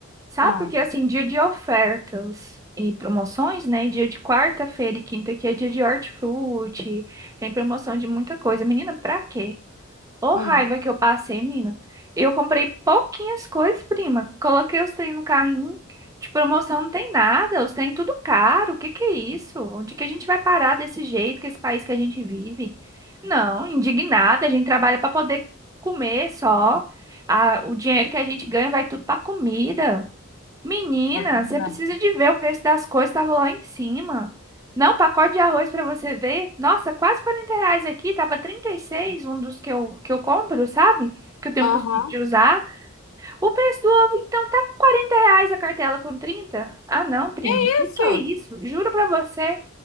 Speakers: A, on the right (about 15°); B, on the left (about 75°).
A: Sabe
B: Ah,
A: porque assim, dia de ofertas e promoções, né? Dia de quarta-feira e quinta aqui é dia de hortifruti. Tem promoção de muita coisa. Menina, pra quê? Ô,
B: hum.
A: raiva que eu passei, mina. Eu comprei pouquinhas coisas, prima. Coloquei os trem no carrinho. De promoção não tem nada. Os trem tudo caro. O que que é isso? Onde que a gente vai parar desse jeito, com esse país que a gente vive? Não, indignada. A gente trabalha para poder comer só. Ah, o dinheiro que a gente ganha vai tudo para comida. Menina,
B: É verdade.
A: você precisa de ver o preço das coisas, estava lá em cima. Não, pacote de arroz para você ver. Nossa, quase 40 reais aqui, tava 36. um dos que eu, que eu compro, sabe? Que eu tenho
B: Aham.
A: o costume de usar. O preço do ovo, então, tá 40 reais a cartela com 30. Ah, não, prima,
B: Que
A: que
B: isso?
A: que é isso? Juro para você,